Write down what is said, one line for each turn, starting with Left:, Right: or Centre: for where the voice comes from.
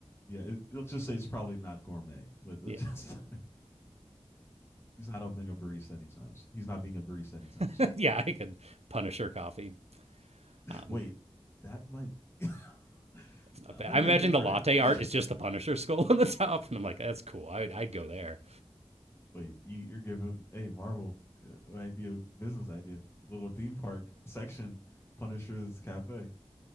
Left: Yeah, it, let's just say it's probably not gourmet. But let's
Right: Yeah,
Left: just <laughs> he's not opening a barista anytime. Soon. He's not being a barista anytime
Right: <laughs>
Left: soon.
Right: yeah, I could Punisher coffee. Um,
Left: Wait, that might <laughs> that
Right: Not bad.
Left: might
Right: I'm
Left: be
Right: imagining
Left: a good
Right: the
Left: brand.
Right: latte
Left: <laughs>
Right: art is just the Punisher skull <laughs> on the top, and I'm like, that's cool. I'd I'd go there.
Left: Wait, you, you're giving hey Marvel it might be a business idea. Little theme park section, Punisher's Cafe.